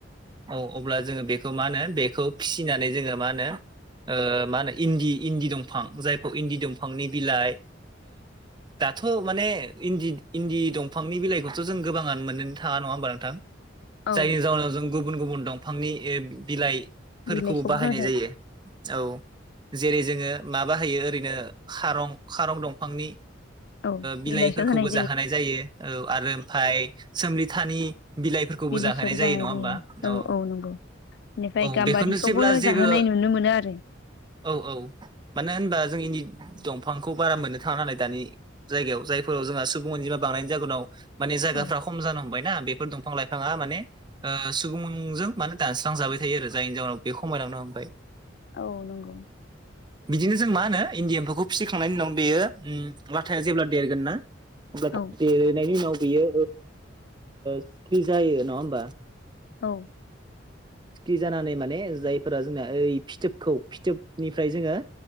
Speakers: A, on the right (about 25°); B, on the left (about 60°).
A: औ अब्ला जोङो बेखौ मा होनो बेखौ फिसिनानै जोङो मा होनो मा होनो इन्दि इन्दि दंफां जायफोर इन्दि दंफांनि बिलाइ दाथ' माने इन्दि इन्दि दंफांनि बिलाइखौथ' जों गोबाङानो मोननोनो थाङा नङा होमबा नोंथां
B: औ
A: जायनि जाउनाव जों गुबुन गुबुन दंफांनि बिलाइ फोरखौबो
B: बिलाइखौबो
A: बाहायनाय
B: होनाय
A: जायो औ जेरै जोङो माबाहायो ओरैनो खारं खारं दंफांनि
B: औ
A: बिलाइफोरखौबो
B: बिलाइखौ होनाय
A: जाहोनाय जायो औ आरो ओमफफ्राय सोमलिथानि बिलाइफोरखौबो
B: बिलाइखौबो
A: जाहोनाय
B: जानाय
A: जायो नङा होमबा
B: जायो
A: औ
B: नंगौ बेनिफ्राय
A: औ
B: गाम्बारिखौबो
A: बेखौनो जेब्ला जेबो
B: जाहोनाय नुनो मोनो आरो
A: औ औ मानो होनबा जों इनदि दंफांखौ बारा मोननो थाङा नालाय दानि जायगायाव जायफोराव जोंहा सुबुं अनजिमा बांनायनि जाहोनाव माने जायगाफ्रा
B: औ
A: खम जानो हमबायना बे दंफां लाइफाङा माने सुबुंजों माने दानस्रांजाबाय थायो आरो जायनि जाउाहनाव बे खमायलांनो हबाय
B: औ नंगौ
A: बिदिनो जों मा होनो इन्दि एम्फौखौ फिसिखांनायनि उनाव बेयो लाथाया जेब्ला देरगोन ना अब्ला
B: औ
A: देरनायनि उनाव बियो सिख्रि जायो नङा होमबा
B: औ
A: फि्रि जानानै माने जायफोरा जोंना ओइ फिथोबखौ फिथोबनिफ्राय जोङो